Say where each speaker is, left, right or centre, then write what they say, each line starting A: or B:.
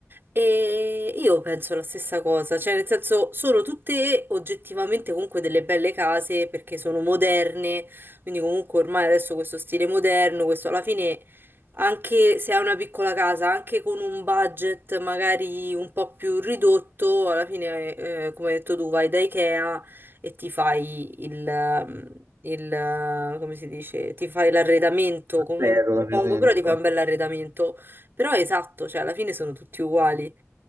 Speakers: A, on the right; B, on the right.
A: e io penso la stessa cosa, cioè nel senso sono tutte oggettivamente comunque delle belle case perché sono moderne, quindi comunque ormai adesso questo stile moderno, questo alla fine anche se hai una piccola casa, anche con un budget magari un po' più ridotto, alla fine, eh, come hai detto tu, vai da Ikea e ti fai il, ehm, il, eh, come si dice, ti fai l'arredamento con
B: Vero,
A: un
B: davvero
A: poco,
B: dentro.
A: però ti fai un bel arredamento. Però è esatto, cioè alla fine sono tutti uguali.